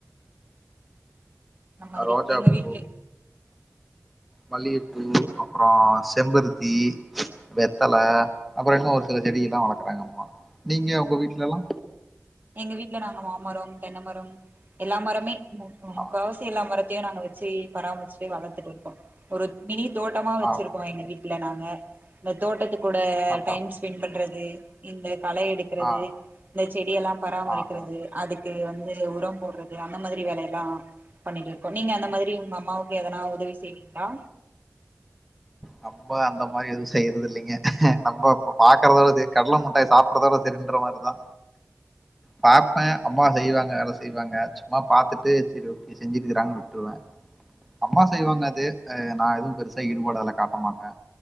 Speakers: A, on the right; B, in the centre.
A: அந்த மாதிரி
B: ஆ ரோஜா
A: எங்க
B: பூ
A: வீட்ல
B: மல்லிக பூ அப்ரோ செம்பருத்தி வெத்தல அப்ரோ இன்னு ஒரு சில செடியில்லா வளக்குறாங்க அம்மா நீங்க ஒங்க வீட்ல எல்லா
A: எங்க வீட்ல நாங்க மாமரம் தென்னமரம் எல்லா மரமே முக்
B: ஆ
A: முக்கவாசி எல்லா மரத்தையு நாங்க வச்சி பராமரிச்சிட்டு வளர்த்துட்டு இருக்கோ ஒரு மினி தோட்டமா வச்சிருக்கோ
B: ஆ
A: எங்க வீட்ல நாங்க இந்த தோட்டத்துக் கூட
B: ஆ
A: டைம் ஸ்பெண்ட் பண்றது இந்த களை எடுக்கிறது
B: ஆ
A: இந்த செடி எல்லா பராமரிக்கிறது
B: ஆ ஆ
A: அதுக்கு வந்து உரம் போடுறது அந்த மாறி வேலை எல்லா பண்ணிட்டு இருக்கோ நீங்க அந்த மாறி உங்க அம்மாவுக்கு எதனா உதவி செய்வீங்களா
B: நம்ம அந்த மாறி எது செய்யறது இல்லங்க நம்ம இப்ப பாக்குறதோட கடல முட்டாய் சாப் <unintelligible> சிலிண்டர் மாரிதா பாப்பே அம்மா செய்வாங்க வேல செய்வாங்க சும்மா பாத்துட்டு சேரி எப்டி செஞ்சுட்டுகிறாங்குனு வுட்ருவே அம்மா செய்வாங்க அது ஆ நா எதுவு பெருசா ஈடுபாடு அதுல காட்டமாட்ட